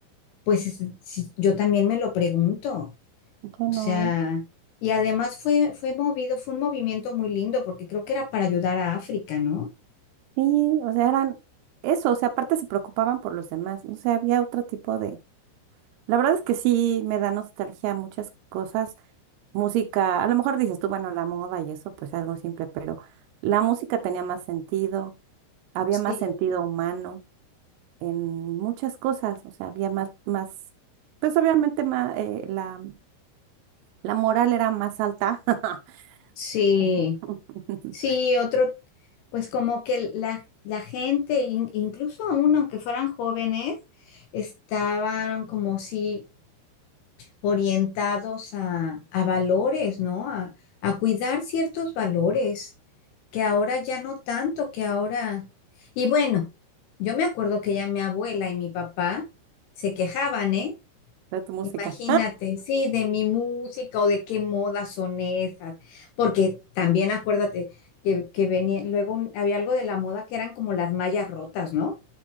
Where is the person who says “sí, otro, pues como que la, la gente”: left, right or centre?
Left